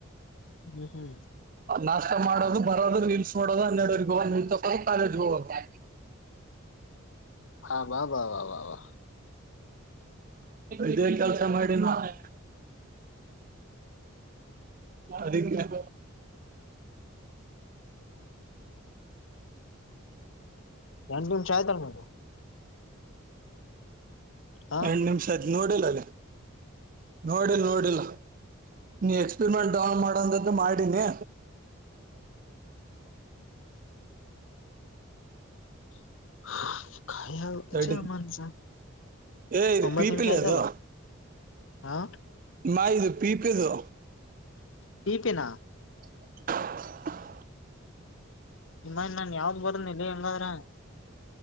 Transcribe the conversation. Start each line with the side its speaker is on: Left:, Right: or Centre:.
Left: ಹ್ಮ್ ಹ್ಮ್
Right: ನಾಷ್ಟ ಮಾಡೋದು ಬರೋದು ರೀಲ್ಸ್ ನೋಡೋದು ಹನ್ನೆಡರಿಗೆ ಹೋಗ ನಿ ತೋ ಕಾಲೇಜ್ ಹೋಗದು. <inaudible>
Left: ಹಾ ಬಾ ಬಾ ಬಾ ಬಾ ಬಾ
Right: ಇದೆ ಕೆಲ್ಸ ಮಾಡಿನ್ ನಾನ್. ಅದಿಕೆ <inaudible>
Left: ಎರಡ್ ನಿಮ್ಷ ಆಯ್ತಲ್ಲ ಮದು. ಹ
Right: ಎರಡ್ ನಿಮಿಷ ಆಯ್ತ್ ನೋಡಿಲ ಅಲ್ಲಿ ನೋಡಿ ನೋಡಿಲ್ಲ. ನೀ ಎಕ್ಸ್ಪೆರಿಮೆಂಟ್ ಡೌನ್ ಮಾಡಂತ್ದ ಮಾಡೀನಿ.
Left: <inaudible>
Right: ತಡಿ
Left: ಅಚ್ಚ ಮಾನ್ಸ
Right: ಏ ಇದು
Left: ಒಂಬತ್ತು
Right: ಪೀಪಿಲ್
Left: ನಿಮಿಷ ಆಯ್ತಲ್ವಾ
Right: ಅದು
Left: ಹಾ
Right: ಮ ಇದು ಪೀಪಿದು
Left: ಪೀ ಪಿನ
Right: <unintelligible>
Left: ನಿಮ್ಮ ನಾನ್ ಯಾವ್ದ ಬರದ <unintelligible> ಇಲ್ಲ ಹೆಂಗಾದ್ರ